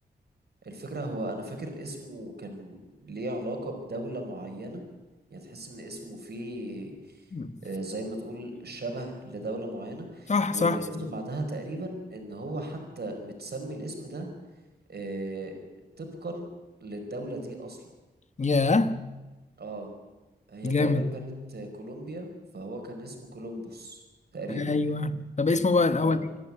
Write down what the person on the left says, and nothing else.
ماشي
صح
صح
صح
ياه
جامد
ايوه طب اسمه بقى الاول